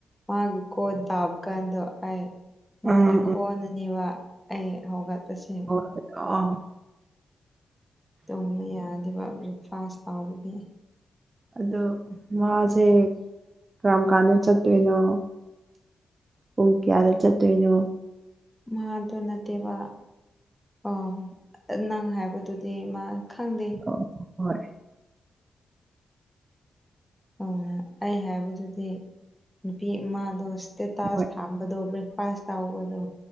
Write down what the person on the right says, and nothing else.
ꯎꯝ
ꯎꯝ
ꯑ <inaudible>
ꯑꯗꯣ ꯃꯥꯁꯦ ꯀꯔꯝ ꯀꯥꯟꯗ ꯆꯠꯇꯣꯏꯅꯣ ꯄꯨꯡ ꯀꯌꯥꯗ ꯆꯠꯇꯣꯏꯅꯣ
ꯑꯣ ꯍꯣꯏ
ꯈꯪꯉꯣꯏ